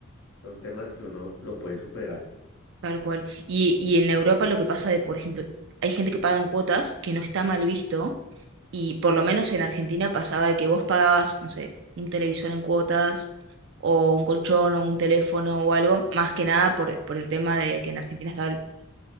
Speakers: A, on the left; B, on the right.
A: Son temas que uno lo puede superar.
B: tal cual. Y, y en Europa lo que pasa de, por ejemplo, hay gente que paga en cuotas, que no está mal visto Y por lo menos en Argentina pasaba de que vos pagabas, no sé, un televisor en cuotas o un colchón o un teléfono o algo, más que nada por, por el tema de que en Argentina estaba, el-